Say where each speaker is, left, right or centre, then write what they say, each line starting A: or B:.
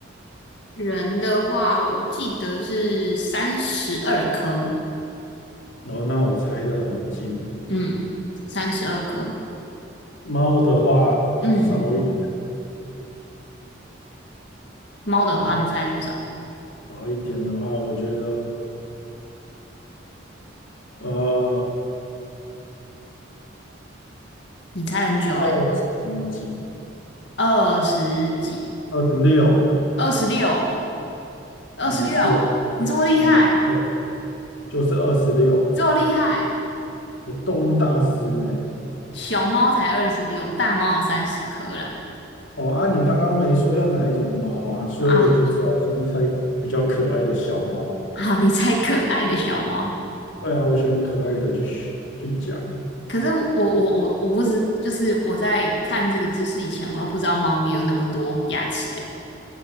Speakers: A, on the left; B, on the left.
A: 人的话，我记得是三十二颗，
B: 然后那我猜的很近，
A: 嗯，三十二颗。
B: 猫的话少一
A: 嗯嗯，猫的话，
B: 猫
A: 你猜多少？
B: 少一点的话，我觉得呃
A: 你猜很久诶、
B: 二十几
A: 二十几，
B: 二十六，
A: 二十六，二十六，
B: 没错
A: 你这么厉害，
B: 没错，就是二十六。
A: 你这么厉害，
B: 我动物大师呢？
A: 小猫才二十六，大猫有三十颗啦。
B: 哦啊，你刚刚没说要哪一种猫啊，所以我就知道我先猜比较可爱的小猫。
A: 啊啊，你猜可爱的小猫。
B: 对啊，我选可爱的去选去讲啊。
A: 可是我我我我不知，就是我在看这个知识以前，我都不知道猫咪有那么多牙齿欸